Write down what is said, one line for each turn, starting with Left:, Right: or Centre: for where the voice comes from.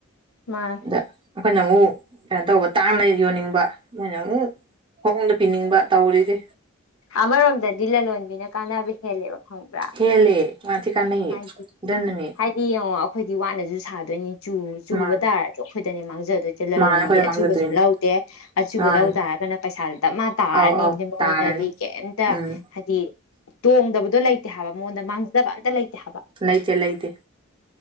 Left: ꯃꯥꯅꯦ
Right: ꯑꯗ ꯑꯩꯈꯣꯏꯅ ꯑꯃꯨꯛ ꯀꯩꯅꯣ ꯇꯧꯕ ꯇꯥꯡꯅ ꯌꯣꯟꯅꯤꯡꯕ ꯃꯣꯏꯅ ꯑꯃꯨꯛ ꯈꯣꯡꯗ ꯄꯤꯅꯤꯡꯕ ꯇꯧꯔꯤꯁꯦ
Left: ꯑꯃꯔꯣꯝꯗꯗꯤ ꯂꯂꯣꯟꯕꯤꯅ ꯀꯥꯟꯅꯕ ꯍꯦꯜꯂꯦꯕ ꯈꯪꯕ꯭ꯔꯥ
Right: ꯍꯦꯂꯦ ꯃꯥ ꯊꯤ ꯀꯥꯅ
Left: ꯍꯥꯏꯗꯤ
Right: ꯗꯅꯅꯤ
Left: ꯍꯥꯏꯗꯤ ꯌꯦꯡꯉꯣ ꯑꯩꯈꯣꯏꯗꯤ ꯋꯥꯠꯅꯁꯨ ꯁꯥꯗꯣꯏꯅꯤ ꯆꯨꯕ
Right: ꯃꯥꯅꯦ
Left: ꯇꯥꯔꯗꯤꯣ ꯑꯩꯈꯣꯏꯗꯅꯦ ꯃꯥꯡꯖꯗꯣꯏ ꯆꯤꯂꯂꯣꯟꯣꯟꯕꯗꯤ
Right: ꯃꯥꯅꯦ ꯑꯩꯈꯣꯏꯗ
Left: ꯑꯆꯨꯕꯁꯨ
Right: ꯃꯥꯡꯖꯗꯣꯏꯅꯤ
Left: ꯂꯧꯗꯦ ꯑꯆꯨꯕ
Right: ꯃꯥꯅꯦ
Left: ꯂꯧ ꯇꯥꯔꯒꯅ ꯄꯩꯁꯥꯗꯨ ꯇꯞ ꯃꯥꯅ ꯇꯥꯔꯅꯤ
Right: ꯑꯧ ꯑꯧ
Left: ꯑꯗꯨꯗꯤ ꯃꯉꯣꯟꯗꯗꯤ
Right: ꯇꯥꯔꯅꯤ
Left: ꯀꯩꯝꯇ
Right: ꯎꯝ
Left: ꯍꯥꯏꯗꯤ ꯇꯣꯡꯗꯕꯗꯣ ꯂꯩꯇꯦ ꯍꯥꯏꯕ ꯃꯉꯣꯟꯗ ꯃꯥꯡꯖꯕ ꯑꯝꯇ ꯂꯩꯇꯦ ꯍꯥꯏꯕ
Right: ꯂꯥꯏꯇꯦ ꯂꯩꯥꯏꯇ‌ꯦ